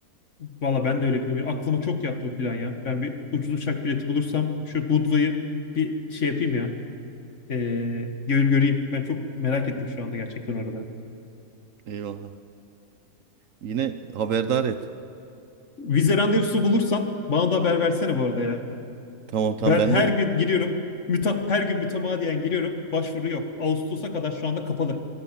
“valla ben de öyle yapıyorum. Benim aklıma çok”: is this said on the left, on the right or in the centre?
Left